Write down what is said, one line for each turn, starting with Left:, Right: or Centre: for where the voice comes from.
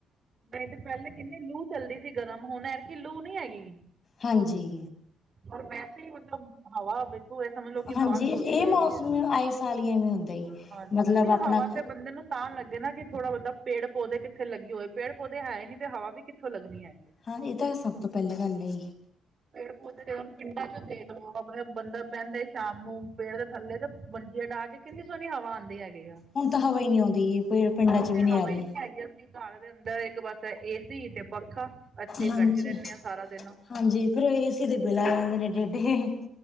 Right: ਨਈ ਤੇ ਪਹਿਲ ਕਿੰਨੀ ਲੂ ਚੱਲਦੀ ਸੀ ਗਰਮ ਹੁਣ ਐਤ ਕੀ ਲੂ ਨੀ ਹੈਗੀ।
Left: ਹਾਂਜੀ।
Right: ਪਰ ਵੈਸੇ ਹੀ ਮਤਲਬ ਹਵਾ ਬੀ ਨੂੰ ਏ ਸਮਝ ਲੋ ਕਿ
Left: ਹਾਂਜੀ
Right: ਬੰਦ
Left: ਇਹ
Right: ਹੋਈ ਦੀ ਹੈਗੀ
Left: ਮੌਸਮ
Right: ਹੈ
Left: ਆਏ ਸਾਲ ਹੀ ਐਵੇਂ ਹੁੰਦਾ ਈ
Right: ਹਾਂ ਨਹੀਂ
Left: ਮਤਲਬ ਆਪਣਾ
Right: ਹਵਾ ਤੇ ਬੰਦੇ ਨੂੰ ਤਾਂ ਲੱਗੇ ਨਾ ਕਿ ਥੋੜਾ ਬਹੁਤਾ ਪੇੜ ਪੌਦੇ ਕਿੱਥੇ ਲੱਗੇ ਹੋਏ, ਪੇੜ ਪੌਦੇ ਹੈ ਨੀ ਤੇ ਹਵਾ ਵੀ ਕਿੱਥੋਂ ਲੱਗਣੀ ਹੈਗੀ? ਹੈ
Left: ਹਾਂ ਇਹ ਤਾਂ ਸਭ ਤੋਂ ਪਹਿਲਾਂ ਗੱਲ ਏ।
Right: ਪੇੜ ਪੌਦੇ ਤੇ ਉਹਨੂੰ ਪਿੰਡਾਂ ਚ ਦੇਖਲੋ, ਆਪਣੇ ਬੰਦਾ ਬਹਿੰਦਾ ਸ਼ਾਮ ਨੂੰ ਪੇੜ ਦੇ ਥੱਲੇ ਤੇ ਮੰਜੀਆਂ ਡਾਹ ਕੇ ਕਿੰਨੀ ਸੋਹਣੀ ਹਵਾ ਆਉਂਦੀ ਹੈਗੀ ਆ।
Left: ਹੁਣ ਤਾਂ ਹਵਾ ਹੀ ਨਹੀਂ ਆਉਂਦੀ ਪਿੰਡਾਂ
Right: ਹੁਣ
Left: ਚ ਵੀ
Right: ਤੇ
Left: ਨਹੀਂ
Right: ਹਵਾ
Left: ਆ ਰਹੀ।
Right: ਨੀ ਹੈਗੀ ਅਸੀ ਘਰ ਦੇ ਅੰਦਰ ਇੱਕ ਬੱਸ ਤੇ ਏ ਸੀ ਤੇ ਪੱਖਾ ਇੱਥੇ ਹੀ
Left: ਹਾਂਜੀ
Right: ਬੈਠੀ ਰਹਿ ਨੇ ਆ ਸਾਰਾ ਦਿਨ।
Left: ਹਾਂਜੀ, ਫਿਰ ਉਹ ਏ ਸੀ ਦੇ ਬਿੱਲ ਆ ਜਾਂਦੇ ਨੇ ਐਡੇ- ਐਡੇ।